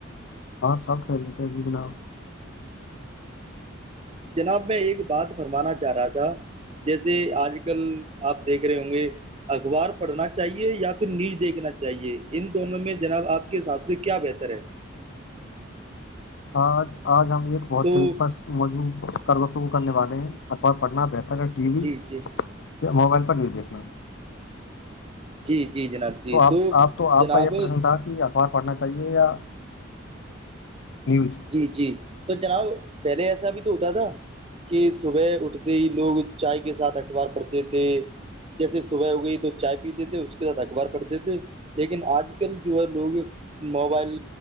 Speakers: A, on the left (about 60°); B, on the right (about 30°).
A: ہاں سب خ رہے ت جی جناب
B: جناب میں ایک بات فرمانا چاہ رہا تھا جیسے آج کل آپ دیکھ رہے ہوں گے اخبار پڑھنا چاہیے یا پھر نیچ دیکھنا چاہیے ان دونوں میں جناب آپ کے حساب سے کیا بہتر ہے
A: آج آج ہم ایک بہت
B: تو
A: دلپس موجع وف کرنے والے ہیں اخبار پڑھنا بہتر ٹی وی
B: جی جی
A: یا موبائل پر نیوز دیکھنا
B: جی جی جناب
A: تو آپ آپ تو
B: جناب
A: آپ کا یہ پرسن تھا کہپ پڑھنا چاہیے یا نیوز
B: جی جی تو جناب پہلے ایسا بھی تو ہوتا تھا کہ صبح اٹھتے ہی لوگ چائے کے ساتھ اخبار پڑھتے تھے جیسے صبح ہو گئی تو چائے پیتے تھے اس کے ساتھ اخبار پڑھتے تھے لیکن آج کل جو ہے لوگ موبائل